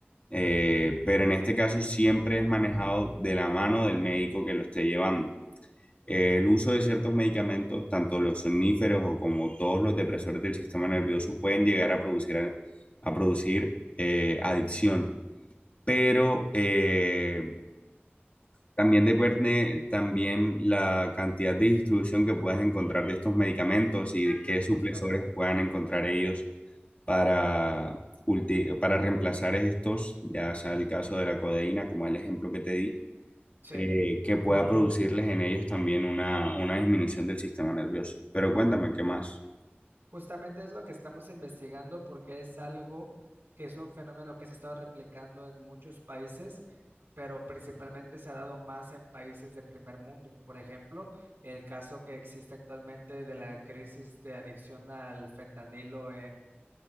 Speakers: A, on the left; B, on the right.
A: eh, pero en este caso siempre es manejado de la mano del médico que lo esté llevando. Eh, el uso de ciertos medicamentos, tanto los somníferos o como todos los depresores del sistema nervioso, pueden llegar a producir, a, a producir eh, adicción, pero eh, también depende también la cantidad de distribución que puedas encontrar de estos medicamentos y de qué
B: justamente,
A: suplesores puedan encontrar ellos para, ulti- para reemplazar estos, ya sea el caso de la codeína, como el ejemplo que te di
B: sí.
A: eh, que pueda producirles en ellos también una, una disminución del sistema nervioso. Pero cuéntame, ¿qué más?
B: Justamente es lo que estamos investigando porque es algo que es un fenómeno que se ha estado replicando en muchos países, pero principalmente se ha dado más en países de primer mundo. Por ejemplo, el caso que existe actualmente de la crisis de adicción al fentanilo